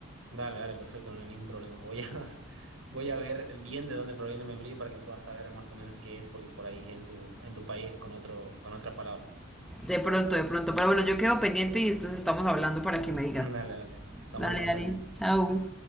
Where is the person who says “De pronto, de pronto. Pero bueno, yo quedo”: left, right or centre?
Centre